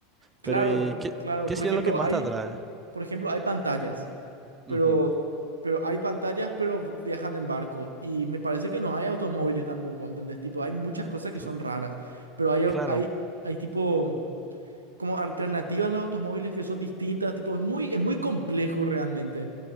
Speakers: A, on the right (about 75°); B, on the right (about 20°).
A: Claro,
B: Pero, ¿y qué,
A: claro.
B: qué
A: Por
B: sería
A: ejemplo,
B: lo que más
A: hay,
B: te atrae?
A: por ejemplo, hay pantallas, pero,
B: Ujú.
A: pero hay pantallas, pero v- viajan en barco. Y me parece que no hay automóviles tampoco, ¿entendés? Tipo, hay muchas cosas que son
B: Cl-
A: raras, pero hay, au-
B: Claro,
A: hay, hay tipo, como alternativas a los automóviles que son distintas, tipo, es muy, es muy complejo realmente.